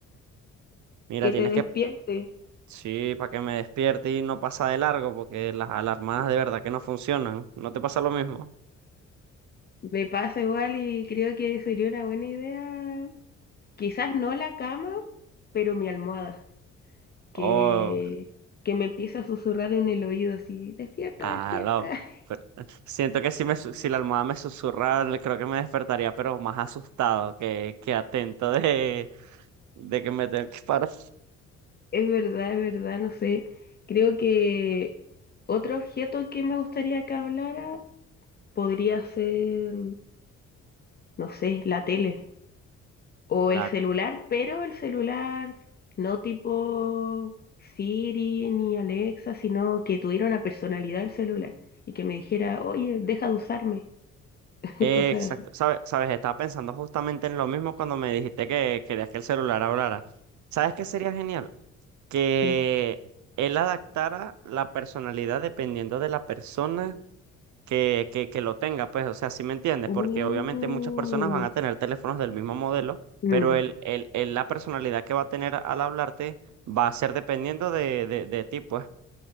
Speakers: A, on the right; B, on the left.
A: Mira,
B: Que
A: tienes
B: te despierte.
A: que... Sí, para que me despierte y no pasa de largo, porque las alarmas de verdad que no funcionan. ¿No te pasa lo mismo?
B: Me pasa igual y creo que sería una buena idea. Quizás no la cama, pero mi almohada, que,
A: Oh,
B: que me empieza a susurrar en el oído así, despierta,
A: ah,
B: despierta.
A: no, pero- eh, Siento que si, me, su- si la almohada me susurra, le- creo que me despertaría, pero más asustado que, que atento de, de que me tengo que parar.
B: Es verdad, es verdad, no sé. Creo que otro objeto que me gustaría que hablara podría ser, no sé, la tele o
A: La
B: el celular, pero el celular no tipo Siri ni Alexa, sino que tuviera una personalidad el celular y que me dijera, oye, deja de usarme, <laughs>
A: Exacto,
B: cosas
A: sabes, sabes, estaba pensando justamente en lo mismo cuando me dijiste que querías que el celular hablara. ¿Sabes qué sería genial? Que
B: que...
A: él adaptara la personalidad dependiendo de la persona que, que, que lo tenga, pues, o sea, si me entiendes?
B: Uh,
A: Porque obviamente muchas personas van a tener teléfonos del mismo modelo,
B: mm.
A: pero el, el, el- la personalidad que va a tener al hablarte va a ser dependiendo de, de, de ti, pues.